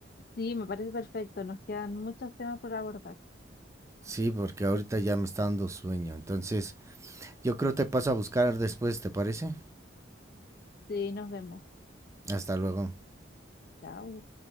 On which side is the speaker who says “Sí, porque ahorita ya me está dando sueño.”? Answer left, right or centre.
Right